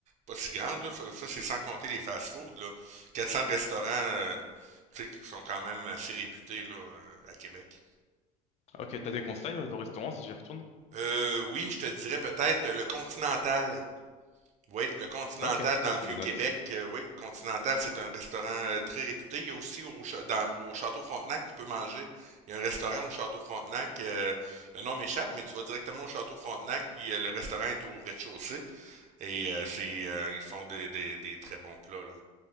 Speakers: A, on the right; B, on the left.
A: pas si grande, là. Ça, ça, c'est sans compter les fast-foods, là. quatre cents restaurants, euh, tu sais, qui sont quand même assez réputés, là, euh, à Québec.
B: Ok, t'as des conseils euh, de restaurants si j'y retourne?
A: Euh, oui, je te dirais peut-être euh, le Continental. Oui, le Continental
B: Ok,
A: dans le
B: je
A: Vieux-Québec.
B: note.
A: euh, oui, Continental, c'est un restaurant euh, très réputé. Il y a aussi au, cha- dans- au Château Frontenac, tu peux manger. Il y a un restaurant au Château Frontenac. euh, le nom m'échappe, mais tu vas directement au Château Frontenac, puis euh, le restaurant est au rez-de-chaussée. Et euh, c'est, euh, ils font des, des- des très bons plats, là.